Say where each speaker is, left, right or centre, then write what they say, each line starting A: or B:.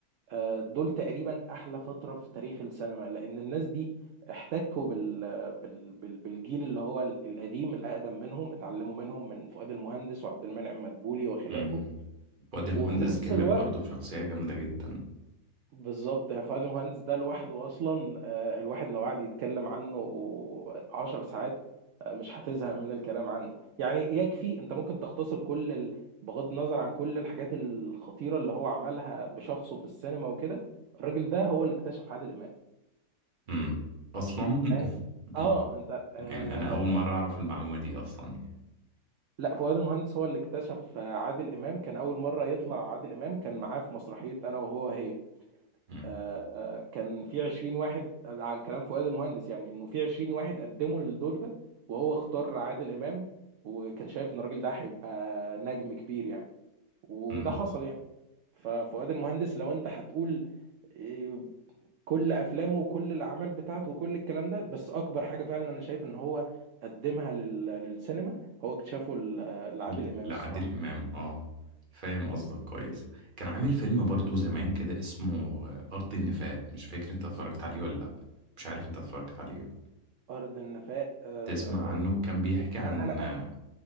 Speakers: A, on the right; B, on the right.
A: آه، دول تقريبا احلى فتره في تاريخ السينما لان الناس دي احتكوا بال... بال... بال... بالجيل اللي هو ال- القديم الاقدم منهم اتعلموا منهم من فؤاد المهندس وعبد المنعم مدبولي وخلافه
B: مم. وادي المهندس
A: وفي نفس
B: جامد
A: الوقت
B: برضه شخصية جامدة جدا
A: بالظبط يعني فؤاد المهندس ده لوحده اصلا آه، الواحد لو قعد يتكلم عنه عشر ساعات آه، مش هتزهق من الكلام عنه يعني يكفي انت ممكن تختصر كل ال... بغض النظر عن كل الحاجات الخطيره اللي هو عملها بشخصه في السينما وكده الراجل ده هو اللي اكتشف عادل امام
B: مم. أصلا
A: فاهم اه
B: <laughs>
A: انت آه
B: يعني أنا أول مرة أعرف المعلومة دي أصلا يعني.
A: لا فؤاد المهندس هو اللي اكتشف آه، عادل امام كان اول مره يطلع عادل امام كان معاه في مسرحيه انا وهو هي
B: مم.
A: آه آه كان في 20 واحد آه، على كلام فؤاد المهندس يعني انه في 20 واحد قدموا للدور ده وهو اختار عادل امام وكان شايف ان الراجل ده هيبقى نجم كبير يعني وده
B: مم.
A: حصل يعني ففؤاد المهندس لو انت هتقول آه، كل افلامه وكل الاعمال بتاعته وكل الكلام ده بس اكبر حاجه فعلا انا شايف ان هو قدمها لل... للسينما هو اكتشافه ل- لعادل
B: ل-
A: امام
B: لعادل
A: الصراحه
B: إمام آه فاهم قصدك كويس كان عامل فيلم برضه زمان كده اسمه آه، أرض النفاق مش فاكر أنت اتفرجت عليه ولا لأ مش عارف أنت اتفرجت عليه
A: ارض النفاق آه،
B: تسمع عنه كان بيحكي عن
A: انا انا
B: آه،
A: انا